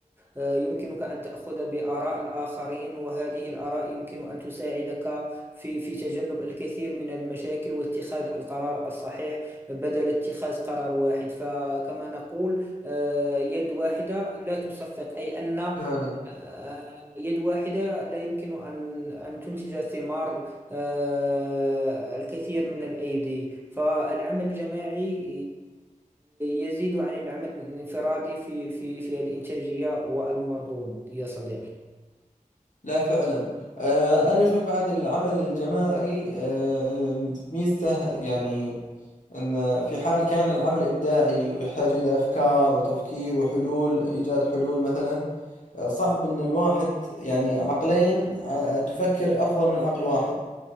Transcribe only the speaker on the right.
آه، يمكنك أن تأخذ بآراء الآخرين وهذه الآراء يمكن أن تساعدك في في تجنب الكثير من المشاكل واتخاذ القرار الصحيح بدل اتخاذ قرار واحد فكما نقول آه، يد واحدة لا تصفق أي أن
آه، يد واحدة لا يمكن أن أن تنتج ثمار آه، الكثير من الأيدي فالعمل الجماعي يزيد عن العمل الانفرادي في في في الإنتاجية والمردود يا صديقي